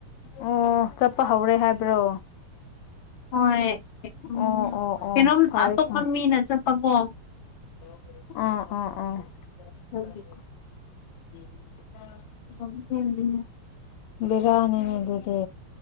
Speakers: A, on the left; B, on the left.
A: ꯑꯣ ꯆꯠꯄ ꯍꯧꯔꯦ ꯍꯥꯏꯕ꯭ꯔꯣ
B: ꯍꯣꯏ ꯎꯝ
A: ꯑꯣ ꯑꯣ ꯑꯣ
B: ꯀꯩꯅꯣꯝ
A: ꯐꯔꯦ
B: ꯑꯇꯣꯞꯄ
A: ꯐꯔꯦ
B: ꯃꯤꯅ ꯆꯠꯄꯀꯣ
A: ꯑꯥ ꯑꯥ
B: ꯑꯗꯨꯒꯤ
A: ꯎꯥ
B: ꯍꯗꯤ
A: ꯕꯤꯔꯌꯥꯅꯤꯅꯦ ꯑꯗꯨꯗꯤ